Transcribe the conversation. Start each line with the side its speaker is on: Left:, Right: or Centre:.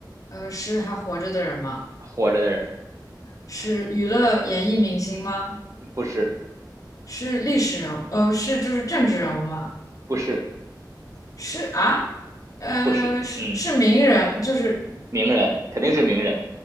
Left: 呃，是还活着的人吗？
Right: 活着的人，
Left: 是娱乐演艺明星吗？
Right: 不是，
Left: 是历史人物？呃，是就是政治人物吗？
Right: 不是，
Left: 是啊，呃，
Right: 不是，
Left: 是是名人，
Right: 嗯，
Left: 就是
Right: 名人，肯定是名人，